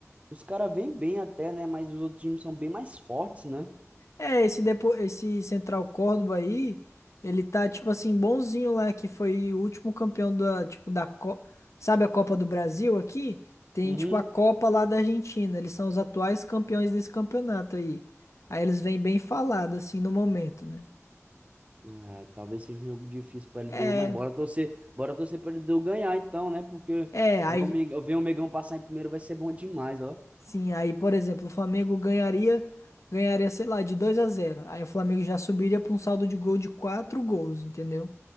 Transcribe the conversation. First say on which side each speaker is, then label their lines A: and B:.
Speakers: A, on the right; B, on the left.
A: os cara vêm bem até, né? Mas os outros times são bem mais fortes, né?
B: É, esse, depo... esse Central Córdoba aí, ele tá, tipo assim, bonzinho lá, que foi o último campeão da, tipo, da Co... Sabe a Copa do Brasil aqui? Tem,
A: Uhum.
B: tipo, a Copa lá da Argentina. Eles são os atuais campeões desse campeonato aí. Aí eles vêm bem falados assim, no momento, né?
A: É, talvez seja um jogo difícil para LDU,
B: É,
A: mas bora torcer, bora torcer para LDU ganhar então, né? Porque
B: é, aí,
A: ver o Mengão, ver o Mengão passar em primeiro vai ser bom demais, ó.
B: sim, aí, por exemplo, o Flamengo ganharia, ganharia, sei lá, de 2 a zero Aí o Flamengo já subiria pra um saldo de gol de 4 gols, entendeu?